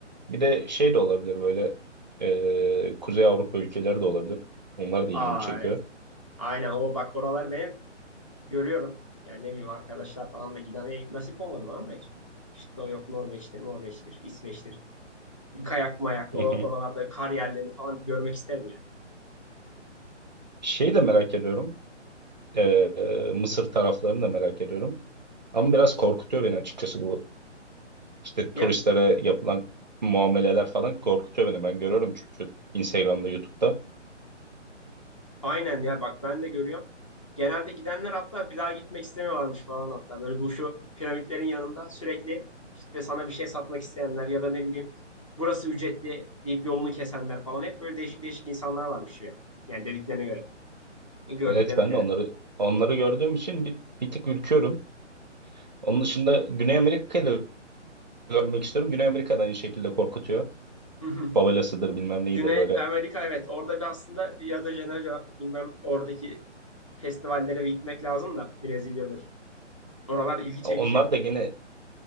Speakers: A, on the right; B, on the left.
A: Bir de şey de olabilir böyle e, Kuzey Avrupa ülkeleri de olabilir. Onlar da
B: Aa
A: ilgimi çekiyor.
B: evet. Aynen o bak oralar ben hep görüyorum. Yani ne bileyim arkadaşlar falan da giden e, nasip olmadı bana da hiç. İşte o yok Norveç'tir, Norveç'tir, İsveç'tir. Bir kayak mayak o
A: Hı hı.
B: oralarda kar yerlerini falan bir görmek isterim ya.
A: Şey de merak ediyorum. E, Mısır taraflarını da merak ediyorum. Ama biraz korkutuyor beni açıkçası bu işte turistlere
B: Ya
A: yapılan muameleler
B: d-
A: falan korkutuyor beni. Ben görüyorum çünkü Instagram'da, YouTube'da.
B: aynen ya bak ben de görüyorum. Genelde gidenler hatta bir daha gitmek istemiyorlarmış falan hatta. Böyle bu şu piramitlerin yanında sürekli işte sana bir şey satmak isteyenler ya da ne bileyim burası ücretli deyip yolunu kesenler falan hep böyle değişik değişik insanlar varmış ya. Yani dediklerine göre, e, gördüklerine
A: Evet ben
B: göre.
A: de onları onları gördüğüm için bir, bir tık ürküyorum. Onun dışında Güney Amerika'yı da görmek istiyorum. Güney Amerika da aynı şekilde korkutuyor.
B: Hı hı.
A: favelasıdır bilmem neyidir
B: Güney
A: böyle.
B: Amerika evet orada bir aslında ya da Janeiro bilmem oradaki festivallere bir gitmek lazım da Brezilya'dır. Oralar ilgi
A: Onlar
B: çekici.
A: da yine